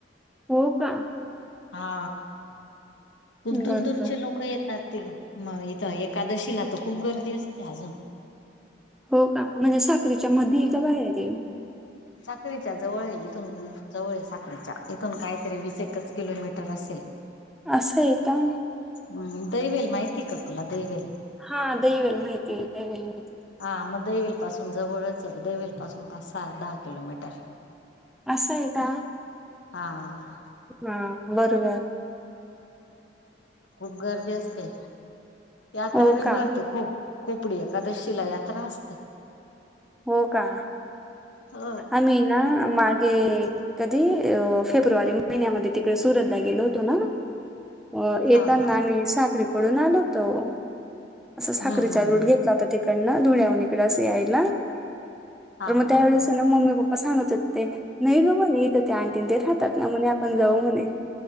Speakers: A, in the centre; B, on the left.
A: हो का
B: हा खूप दूर
A: बरोबर
B: दूरचे लोक येतात ते म. तर एकादशीला तर खूप गर्दी असते अजून
A: हो का. म्हणजे साखरीच्या मध्ये का बाहेर ये?
B: साखळीच्या जवळ इथून जवळ साखळीच्या इथून काहीतरी वीस एकच किलोमीटर असत. सल <inaudible>
A: असं आहे का?
B: हम्म दैवेल माहिती का तुला दैवेल?
A: हा दयवील माहिती दयवील
B: हा मग देवील पासून जवळच, देवील पासून पाच, सहा, दहा, किलोमीटर.
A: असं आहे का?
B: हा.
A: हा बरोबर
B: खूप गर्दी असते. यात्रा
A: हो
B: बी
A: का
B: भरते खूप खोपडी एकादशीला यात्रा असते.?
A: हो का?
B: हो
A: आम्ही ना मागे कधी अ फेब्रुवारी महिन्यामध्ये, तिकडे सुरतला गेलो होतो ना? अ येताना
B: हा हा
A: आम्ही साखरीकडून आलो होतो. असं
B: हम्म
A: साखरीचा
B: हम्म
A: रूट
B: हम्म
A: घेतला होता. तिकडनं धुळ्याह इकड असं यायला.
B: हा.
A: त्यावेळेसं
B: हा
A: ना मम्मी पप्पा सांगत होते. ते नाही ग म ना इथं ते आंटीं ते राहतात ना म्हणे? पण जाऊ म्हणे,